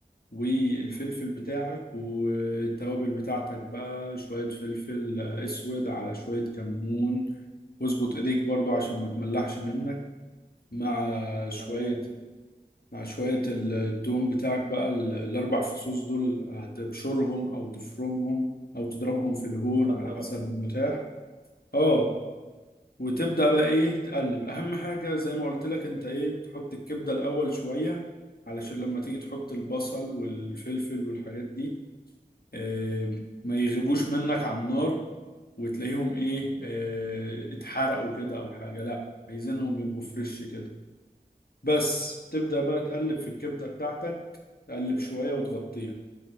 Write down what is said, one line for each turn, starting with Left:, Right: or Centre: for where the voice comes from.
Left: والفلفل بتاعك والتوابل بتاعتك بقى شوية فلفل آه، اسود على شوية كمون واظبط ايديك برضو عشان ما تملحش منك مع شوية
Right: تمام
Left: مع شوية التوم بتاعك بقى ال- الأربع فصوص دول هتبشرهم أو تفرمهم أو تضربهم في الهون
Right: شطه
Left: على حسب
Right: بقى
Left: المتاح اه وتبدأ بقى ايه تقلب أهم حاجة زي ما قلت لك انت ايه تحط الكبدة الأول شوية علشان لما تيجي تحط البصل والفلفل والحاجات دي آه، ما يغيبوش منك على النار وتلاقيهم ايه آه، اتحرقوا كده او حاجة لا عايزينهم يبقوا فريش كده بس تبدأ بقى تقلب في الكبدة بتاعتك تقلب شوية وتغطيها